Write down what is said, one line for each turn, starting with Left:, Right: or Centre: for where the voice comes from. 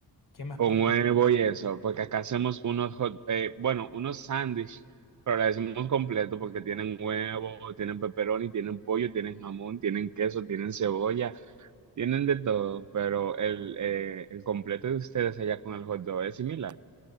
Left: ¿qué más
Right: con
Left: podría?
Right: huevo y eso, porque acá hacemos unos hot, eh, bueno, unos sándwich, pero le decimos completo porque tienen huevo, tienen pepperoni, tienen pollo, tienen jamón, tienen queso, tienen cebolla, tienen de todo, pero el, eh, el completo de ustedes allá con el hot dog es similar.